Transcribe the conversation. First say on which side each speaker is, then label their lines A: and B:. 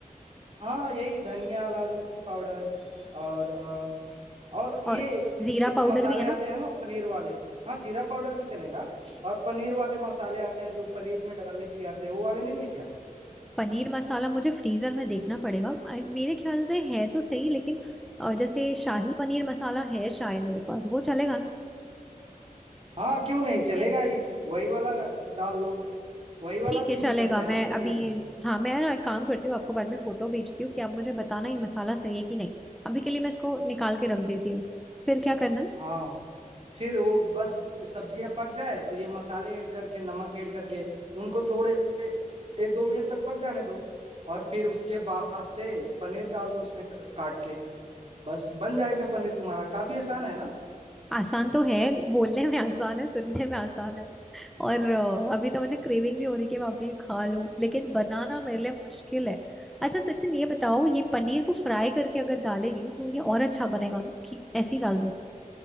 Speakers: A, on the right (about 45°); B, in the centre.
A: हाँ यही धनिया लाल मिर्ची पाउडर और अ, और ये
B: और
A: एक,
B: जीरा
A: एक
B: पाउडर
A: मसाले
B: भी है ना
A: आते हैं ना पनीर वाले हाँ जीरा पाउडर भी चलेगा और पनीर वाले मसाले आते हैं जो पनीर में डालने के लिए आते हैं वो वाले नहीं है क्या
B: पनीर मसाला मुझे फ्रीजर में देखना पड़ेगा अ, मेरे ख्याल से है तो सही लेकिन अ, जैसे शाही पनीर मसाला है शायद मेरे पास वो चलेगा ना
A: हाँ क्यों नहीं चलेगा ही वही वाला डाल लो वही वाला
B: ठीक
A: तो
B: है
A: यूज
B: चलेगा
A: करते हैं
B: मैं
A: ना पनीर
B: अभी
A: में
B: हाँ मैं ना एक काम करती हूँ आपको बाद में फोटो भेजती हूँ कि आप मुझे बताना ये मसाला सही है कि नहीं अभी के लिए मैं इसको निकाल के रख देती हूँ फिर क्या करना है
A: हाँ फिर वो बस सब्जियां पक जाए तो ये मसाले ऐड करके नमक ऐड करके उनको थोड़े एक दो मिनट तक पक जाने दो और फिर उसके बाद से पनीर डाल दो उसमें क- काट के बस बन जाएगा पनीर तुम्हारा काफी आसान है ना
B: आसान तो है बोलने में आसान है सुनने में आसान है और अ, अभी तो मुझे क्रेविंग भी हो रही कि मैं अभी खा लूं लेकिन बनाना मेरे लिए मुश्किल है अच्छा सचिन ये बताओ ये पनीर को फ्राई करके अगर डालेगी तो ये और अच्छा बनेगा ना कि ऐसे ही डाल दूं